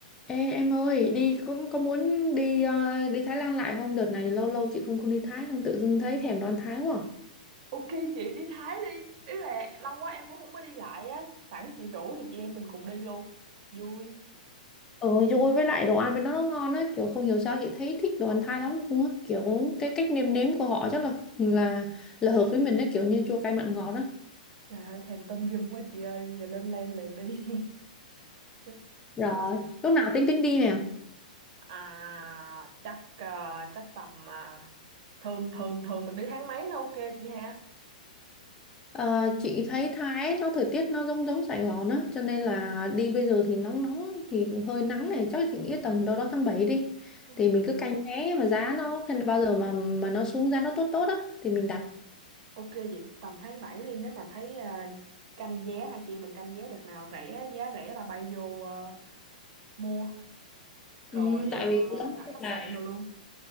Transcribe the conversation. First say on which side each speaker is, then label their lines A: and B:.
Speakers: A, on the left; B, on the right.
A: Ê, em ơi, đi cũng có muốn đi ờ, đi Thái Lan lại không? Đợt này lâu lâu chị không không đi Thái, không tự dưng thấy thèm đồ ăn Thái quá.
B: Ok chị đi Thái đi Ý là lâu quá em cũng không có đi lại á Sẵn chị rủ thì chị em mình cùng đi luôn Vui
A: Ờ, vui với lại đồ ăn bên đó nó ngon á, kiểu không hiểu sao chị thấy thích đồ ăn Thái lắm luôn á, kiểu cái cách nêm nếm của họ chắc là là là hợp với mình á, kiểu như chua cay mặn ngọt á.
B: Trời ơi thèm tâm dâm quá chị ơi Bây giờ lên lên liền đi <laughs> Chứ
A: Rồi,
B: chắc
A: lúc nào tính tính đi nè.
B: à, Chắc à, chắc tầm à, Thường thường thường mình đi tháng mấy nó ok chị ha
A: Ờ, chị thấy Thái nó thời tiết nó giống giống Sài Gòn á cho nên là đi bây giờ thì nóng nóng thì hơi nắng này chắc chị nghĩ tầm đâu đó tháng 7 đi
B: Ừ,
A: thì mình cứ canh vé mà giá nó khi nào- bao giờ mà mà nó xuống giá nó tốt tốt á thì mình đặt
B: Ok vậy tầm tháng 7 đi Nếu mà thấy à, canh vé Hai chị em mình canh vé đợt nào rẻ Giá rẻ là bay vô à, mua Rồi
A: ừ, tại
B: à,
A: vì giống như
B: đặt khách
A: là
B: sạn rồi luôn